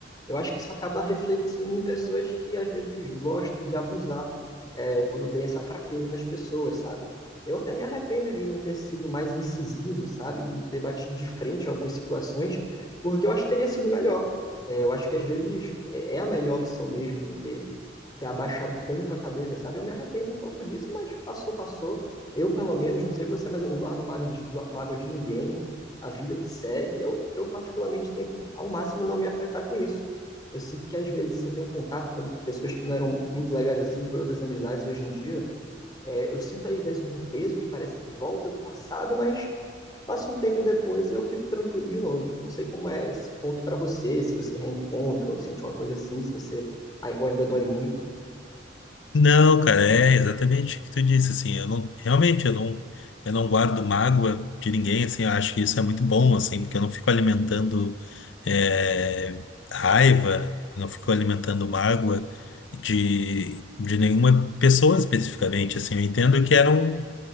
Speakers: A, on the left; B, on the left.
A: Eu acho que isso acaba refletindo em pessoas que às vezes gostam de abusar, é, quando vem essa fraqueza nas pessoas, sabe? Eu até me arrependo de não ter sido mais incisivo, sabe? De não ter batido de frente em algumas situações, porque eu acho que teria sido melhor. É, eu acho que às vezes é é a melhor opção mesmo não ter, ter abaixado tanto a cabeça, sabe? Eu me arrependo um pouco disso, mas passou, passou. Eu, pelo menos, não sei você, mas eu não guardo mágoa de, gua- mágoa de ninguém. A vida que segue, eu, eu particularmente tento ao máximo não me afetar com isso eu sinto que às vezes eu tenho um contato com pessoas que não eram muito legais assim por outras amizades hoje em dia. É, eu sinto às vezes um peso que parece que volta do passado, mas passa um tempo depois eu fico tranquilo de novo. Não sei como é esse ponto para você, se você reencontra ou sente uma coisa assim, se você ai- ou ainda dói muito.
B: Não, cara, é exatamente o que tu disse, assim, eu não, realmente, eu não, eu não guardo mágoa de ninguém, assim, eu acho que isso é muito bom, assim, porque eu não fico alimentando é, raiva, não fico alimentando mágoa de, de nenhuma pessoa especificamente, assim, eu entendo que era um,